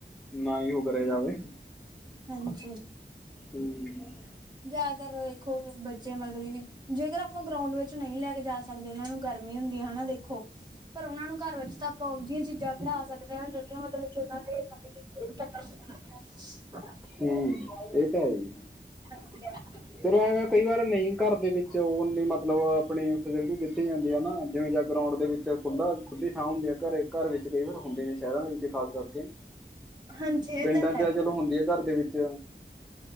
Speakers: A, in the centre; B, on the right.
A: ਨਾ ਹੀ ਹੋ ਕਰਿਆ ਜਾਵੇ
B: ਹਾਂਜੀ
A: ਹੂੰ
B: ਜਿਆਦਾਤਰ ਦੇਖੋ ਬੱਚੇ ਮਤਲਬ ਕਿ ਜੇਕਰ ਆਪਾਂ ਗਰਾਉਂਡ ਵਿੱਚ ਨਹੀਂ ਲੈ ਕੇ ਜਾ ਸਕਦੇ ਉਹਨਾਂ ਨੂੰ ਗਰਮੀ ਹੁੰਦੀ ਹੈ ਹਨਾ ਦੇਖੋ ਪਰ ਉਹਨਾਂ ਨੂੰ ਘਰ ਵਿੱਚ ਤਾਂ ਆਪਾਂ ਉਵੇਂ ਜਿਹੀਆਂ ਚੀਜ਼ਾਂ ਪੜ੍ਹਾ ਸਕਦੇ ਹਾਂ ਜਿਹੜੀਆਂ ਮਤਲਬ ਕਿ ਉਹਨਾਂ ਦੇ <unintelligible>
A: ਹੂ ਇਹ ਤਾਂ ਹੈ ਈ
B: <inaudible>
A: ਚਲੋ ਐਵੇਂ ਕਈ ਵਾਰ ਨਹੀਂ ਘਾਰ ਦੇ ਵਿੱਚ ਉਨੀਂ ਮਤਲਬ ਆਪਣੀ ਫੈਸਿਲਟੀ ਦਿੱਤੀ ਜਾਂਦੀ ਹੈ ਨਾ ਜਿਵੇਂ ਜਾ ਗਰਾਊਂਡ ਦੇ ਵਿੱਚ ਖੁੱਲਾ ਖੁੱਲੀ ਥਾਂ ਹੁੰਦੀ ਹੈ ਘਰ ਘਰ ਵਿੱਚ ਕਈ ਵਾਰ ਹੁੰਦੇ ਨੇ ਸ਼ਹਿਰਾਂ ਦੇ ਵਿੱਚ ਖਾਸ ਕਰਕੇ
B: ਹਾਂਜੀ ਇਹ
A: ਪਿੰਡਾਂ
B: ਤਾਂ
A: ਚ
B: ਹੈ
A: ਚਲੋ ਹੁੰਦੀ ਆ ਘਰ ਦੇ ਵਿੱਚ